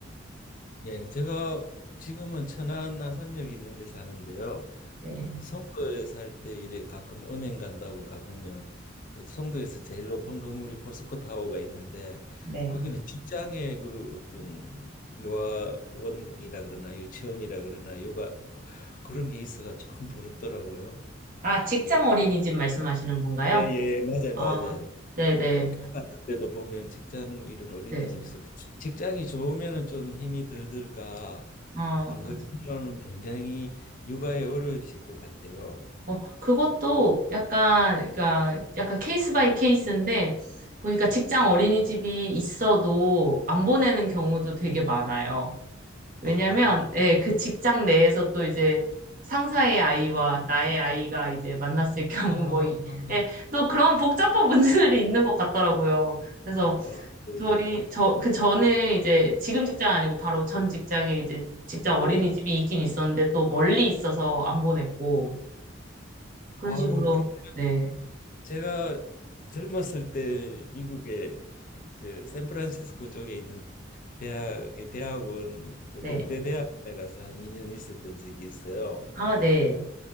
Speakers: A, on the left; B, on the right.
A: 예 제가 지금은 천안 나산역 있는 데 사는데요.
B: 네.
A: 송도에 살 때 이래 가끔 은행 간다고 가보면 그 송도에서 제일 높은 건물이 포스코 타워가 있는데
B: 네.
A: 거기는 직장의 그 어떤 요아원이라 그러나 유치원이라 그러나 요가 뭐 그런 게 있어가 참 부럽더라고요.
B: 아, 직장 어린이집 말씀하시는 건가요?
A: 예예 예, 예, 맞아요
B: 아,
A: 맞아요.
B: 네네, 네.
A: 국회 같은 데도 보면 직장 이런 어린이집에서
B: 네.
A: 직장이 좋으면은 좀 힘이 덜 들까
B: 어,
A: 안
B: 맞아요.
A: 그러면 굉장히 육아에 어려우실 것 같아요.
B: 어, 그것도 약간, 그러니까 약간 케이스 바이 케이스인데, 보니까
A: 예.
B: 직장 어린이집이 있어도 안 보내는
A: 아,
B: 경우도 되게 많아요. 왜냐면,
A: 아.
B: 예, 그 직장 내에서 또 이제 상사의 아이와 나의 아이가 이제 만났을 <laughs>
A: 아,
B: 경우 뭐, 이- 예, 또 그런 복잡한 문제들이 있는 것 같더라고요. 그래서
A: 아, 예, 예.
B: 저희 저 그 전에 이제 지금 직장 아니고 바로 전 직장에 이제 직장
A: 예,
B: 어린이집이
A: 예.
B: 있긴 있었는데 또 멀리 있어서 안 보냈고 그런
A: 아유,
B: 식으로
A: 그러면
B: 네.
A: 제가 젊었을 때 미국에 이제 샌프란시스코 쪽에 있는 대학의 대학원 그
B: 네.
A: 공대 대학원에 가서 한 2년 있었던 적이 있어요.
B: 아, 네.